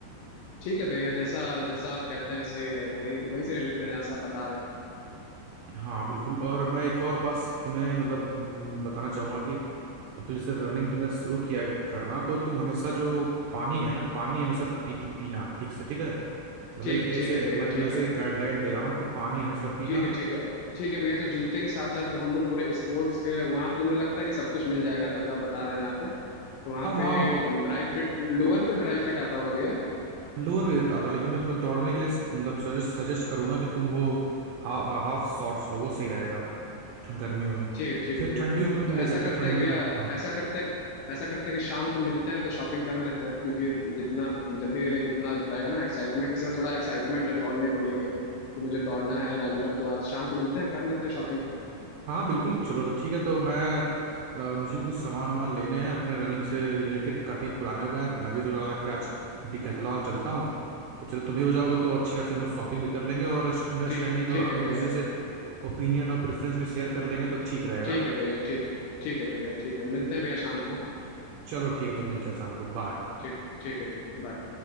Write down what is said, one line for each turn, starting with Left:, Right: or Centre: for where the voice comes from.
Left: ठीक है भैया जैसा जैसा आप कहते हैं सही है वही वहीं से ले लेते हैं जहाँ से आप बता रहे हैं।
Right: हाँ बिल्कुल और मैं एक और बात तुम्हें मतलब हम्म, बताना चाहूंगा कि तू जैसे रनिंग तुमने शुरू किया है करना तो तुम हमेशा जो पानी है ना पानी हमेशा पी पीना ठीक से ठीक है मतलब
Left: ठीक
Right: एक
Left: ठीक
Right: ऐसे
Left: है भैया
Right: मैं तुम्हें
Left: ठीक
Right: ऐसे
Left: है
Right: गाइडलाइन दे रहा हूँ कि पानी हमेशा पीना
Left: ठीक है ठीक है ठीक है भैया तो जूते के साथ साथ जो हम लोग पूरे स्पोर्ट्स के वहाँ पे तो मुझे लगता है कि सब कुछ मिल जाएगा तब जो आप बता रहे हैं यहाँ पे तो वहाँ
Right: हाँ वहाँ
Left: पे ड्राई फिट लोअर भी तो ड्राई फिट आता होगा भैया
Right: लोअर भी रहता था लेकिन मैं तुम्हें दौड़ने के लिए मतलब सजेस्ट सजेस्ट करूंगा कि तुम वो हा, हाफ शॉर्ट्स लो वो सही रहेगा ठं- गर्मियों में
Left: ठीक है ठीक
Right: फिर
Left: है भैया
Right: ठंडियों में तुम
Left: तो
Right: ले
Left: ऐसा
Right: सकते
Left: करते
Right: हो ठंडियों
Left: हैं भैया
Right: में हाँ।
Left: ऐसा करते ऐसा करते हैं कि शाम को मिलते हैं तो शॉपिंग कर लेते हैं क्योंकि जितना जल्दी ले लेंगे उतना रहेगा ना एक्साइटमेंट इस समय थोड़ा एक्साइटमेंट है दौड़ने को लेके कि मुझे दौड़ना है रेगुलर तो आज शाम को मिलते हैं कर लेते हैं शॉपिंग
Right: हाँ बिल्कुल चलो तो ठीक है तो मैं अ, मुझे भी कुछ सामान वामान लेने हैं अपने रनिंग से रिलेटेड काफ़ी पुराने हो गए हैं तो मैं भी सोच रहा था कि आज डिकैथलॉन चलता हूँ तो चलो तुम भी हो जाओगे तो अच्छी खासी हम लोग शॉपिंग भी कर लेंगे और अंडरस्टैंडिंग
Left: ठीक
Right: और
Left: ठीक है
Right: एक
Left: भैया
Right: दूसरे से ओपिनियन और प्रेफरेंस भी शेयर कर लेंगे तो ठीक रहेगा
Left: ठीक है भैया ठीक ठीक है भैया ठीक है मिलते हैं भैया शाम को
Right: चलो ठीक है तो मिलते हैं शाम को बाय
Left: ठीक ठीक है भैया बाय